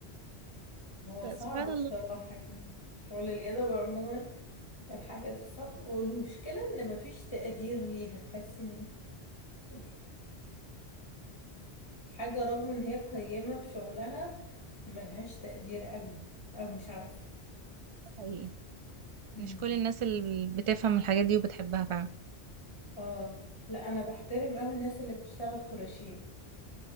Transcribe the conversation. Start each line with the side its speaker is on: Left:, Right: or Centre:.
Left: هو صعب
Right: سبحان الله
Left: بصراحة يعني شغل اليد عموما الحاجات الصعبة والمشكلة ان مفيش تقدير ليها تحسي ان يعني الحاجة رغم ان هي قيمة في شغلها ملهاش تقدير قوي او مش عارفة
Right: ده حقيقي
Left: مم.
Right: مش كل الناس اللي بتفهم الحاجات دي وبتحبها فعلا
Left: اه لا انا بحترم قوي الناس اللي بتشتغل كروشيه